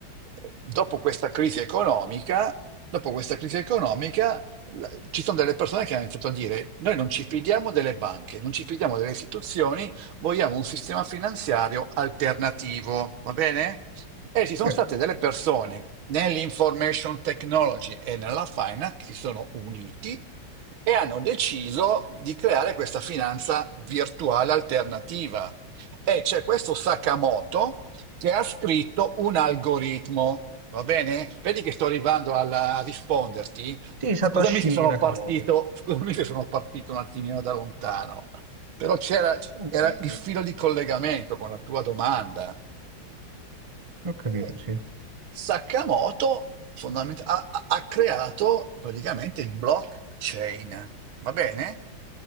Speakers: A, on the right; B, on the right.
A: eh, dopo questa crisi economica, dopo questa crisi economica, la- ci sono delle persone che hanno iniziato a dire noi non ci fidiamo delle banche, non ci fidiamo delle istituzioni, vogliamo un sistema finanziario alternativo, va bene? E ci
B: Sì.
A: sono state delle persone nell'information technology e nella finance che si sono uniti e hanno deciso di creare questa finanza virtuale alternativa. E c'è questo Sakamoto che ha scritto un algoritmo. Va bene? Vedi che sto arrivando alla- a risponderti.
B: Sì, Satoshi
A: Scusami se sono
B: Nakamoto.
A: partito, scusami se sono partito un attimino da lontano, però c'era
B: Va
A: era
B: bene, sì.
A: il filo di collegamento con la tua domanda.
B: Ho capito,
A: E
B: sì.
A: Sakamoto fondament- ha, ha- ha creato praticamente il blockchain, va bene?